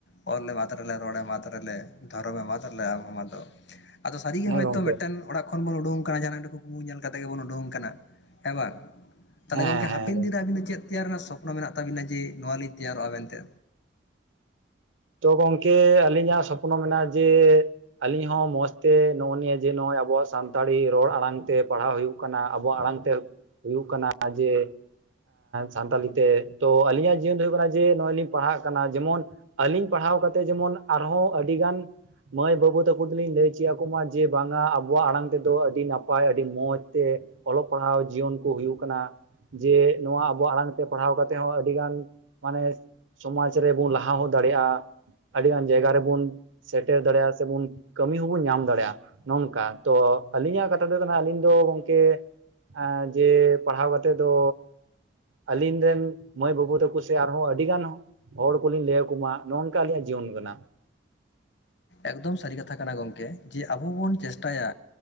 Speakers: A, on the left (about 65°); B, on the right (about 80°).
A: ᱚᱞᱮᱢ ᱟᱫ ᱞᱮᱨᱮ ᱨᱚᱲᱮᱢ ᱟᱫ ᱞᱮᱨᱮ ᱫᱷᱚᱨᱚᱢᱮᱢ ᱟᱫ ᱨᱮᱞᱮ ᱞᱮᱨᱮ ᱟᱢ ᱦᱚᱢ ᱟᱫᱚᱜ, ᱟᱫᱚ ᱥᱟᱹᱨᱤᱜᱮ
B: ᱦᱮᱸ
A: ᱦᱚᱭᱛᱳ
B: ᱜᱚᱝᱠᱮ
A: ᱢᱤᱫᱴᱟᱝ ᱚᱲᱟᱜ ᱠᱷᱚᱱ ᱵᱚᱱ ᱩᱰᱩᱝ ᱠᱟᱱᱟ ᱡᱟᱦᱟᱱᱟᱜ ᱢᱤᱫ ᱴᱟᱝ ᱠᱩᱠᱢᱩ ᱧᱮᱞ ᱠᱟᱛᱮ ᱜᱮᱵᱚᱱ ᱩᱰᱩᱝ ᱠᱟᱱᱟ ᱦᱮᱸ ᱵᱟᱝ ᱛᱟᱦᱚᱞᱮ
B: ᱦᱮᱸ
A: ᱜᱚᱝᱠᱮ
B: ᱦᱮᱸ ᱦᱮᱸ
A: ᱦᱟᱯᱮᱱ ᱫᱤᱱ ᱨᱮ ᱟᱵᱤᱱ ᱫᱚ ᱪᱮᱫ ᱛᱮᱭᱟᱨ ᱨᱮᱱᱟᱜ ᱥᱚᱯᱱᱚ ᱢᱮᱱᱟᱜ ᱛᱟᱵᱤᱱᱟ ᱡᱮ ᱱᱚᱭᱟ ᱞᱤᱧ ᱛᱮᱭᱟᱨᱚᱜᱼᱟ ᱢᱮᱱᱛᱮ
B: ᱛᱚ ᱜᱚᱝᱠᱮ ᱟᱹᱞᱤᱧᱟᱜ ᱥᱚᱯᱱᱚ ᱢᱮᱱᱟᱜᱼᱟ ᱡᱮ ᱟᱞᱤᱧ ᱦᱚᱸ ᱢᱚᱸᱡᱽᱛᱮ ᱱᱚᱜᱼᱚ ᱱᱤᱭᱟᱹ ᱡᱮ ᱱᱚᱜᱼᱚᱭ ᱟᱵᱚᱣᱟᱜ ᱥᱟᱱᱛᱟᱲᱤ ᱨᱚᱲ ᱟᱲᱟᱝ ᱛᱮ ᱯᱟᱲᱦᱟᱣ ᱦᱩᱭᱩᱜ ᱟᱵᱚᱣᱟᱜ ᱟᱲᱟᱝ ᱛᱮ ᱦᱩᱭᱩᱜ ᱠᱟᱱᱟ ᱡᱮ ᱥᱟᱱᱛᱟᱲᱤ ᱛᱮ ᱛᱚ ᱟᱹᱞᱤᱧᱟᱜ ᱡᱤᱭᱚᱱ ᱫᱚ ᱦᱩᱭᱩᱜ ᱠᱟᱱᱟ ᱡᱮ ᱱᱚᱜᱼᱚᱭ ᱞᱤᱧ ᱯᱟᱲᱦᱟᱜ ᱠᱟᱱᱟ ᱡᱮᱢᱚᱱ ᱟᱹᱞᱤᱧ ᱯᱟᱲᱦᱟᱣ ᱠᱟᱛᱮ ᱡᱮᱢᱚᱱ ᱟᱨᱦᱚᱸ ᱟᱹᱰᱤᱜᱟᱱ ᱢᱟᱹᱭ ᱵᱟᱹᱵᱩ ᱛᱟᱠᱚ ᱫᱚᱞᱤᱧ ᱞᱟᱹᱭ ᱪᱮᱫ ᱟᱠᱚᱢᱟ ᱡᱮ ᱵᱟᱝᱟ ᱟᱵᱚᱣᱟᱜ ᱟᱲᱟᱝ ᱛᱮᱫᱚ ᱟᱹᱰᱤ ᱱᱟᱯᱟᱭ ᱟᱹᱰᱤ ᱢᱚᱡᱽ ᱛᱮ ᱚᱞᱚᱜ ᱯᱟᱲᱦᱟᱣ ᱡᱤᱭᱚᱱ ᱠᱚ ᱦᱩᱭᱩᱜ ᱠᱟᱱᱟ᱾ ᱡᱮ ᱱᱚᱣᱟ ᱟᱵᱚ ᱟᱲᱟᱝ ᱛᱮ ᱯᱟᱲᱦᱟᱣ ᱠᱟᱛᱮ ᱦᱚᱸ ᱟᱹᱰᱤᱜᱟᱱ ᱢᱟᱱᱮ ᱥᱚᱢᱟᱡ ᱨᱮᱵᱚᱱ ᱞᱟᱦᱟ ᱦᱚᱸ ᱫᱟᱲᱮᱭᱟᱜᱼᱟ ᱟᱹᱰᱤᱜᱟᱱ ᱡᱟᱭᱜᱟ ᱨᱮᱵᱚᱱ ᱥᱮᱴᱮᱨ ᱫᱟᱲᱮᱭᱟᱜᱼᱟ ᱥᱮᱵᱚᱱ ᱠᱟᱹᱢᱤ ᱦᱚᱸᱵᱚᱱ ᱧᱟᱢ ᱫᱟᱲᱮᱭᱟᱜᱼᱟ᱾ ᱱᱚᱝᱠᱟ ᱛᱚ ᱟᱹᱞᱤᱧᱟᱜ ᱠᱟᱛᱷᱟ ᱛᱮᱫᱚ ᱱᱟᱦᱟᱜ ᱟᱹᱞᱤᱧ ᱫᱚ ᱜᱚᱝᱠᱮ᱾ ᱟ. ᱡᱮ ᱯᱟᱲᱦᱟᱣ ᱠᱟᱛᱮᱫ ᱫᱚ᱾ ᱟᱞᱤᱧ ᱨᱮᱱ ᱢᱟᱹᱭ ᱵᱟᱹᱵᱩ ᱛᱟᱠᱚ ᱥᱮ ᱟᱨᱦᱚᱸ ᱟᱹᱰᱤ ᱜᱟᱱ ᱦᱚᱲ ᱠᱚᱞᱤᱧ ᱞᱟᱹᱭ ᱠᱩ ᱢᱟ ᱱᱚᱝᱠᱟ ᱟᱞᱤᱧᱟᱜ ᱡᱤᱭᱚᱱ ᱠᱟᱱᱟ᱾
A: ᱮᱠᱫᱚᱢ ᱥᱟᱹᱨᱤ ᱠᱟᱛᱷᱟ ᱠᱟᱱᱟ ᱜᱚᱝᱠᱮ ᱡᱮ ᱟᱵᱚ ᱵᱚᱱ ᱪᱮᱥᱴᱟᱭᱟ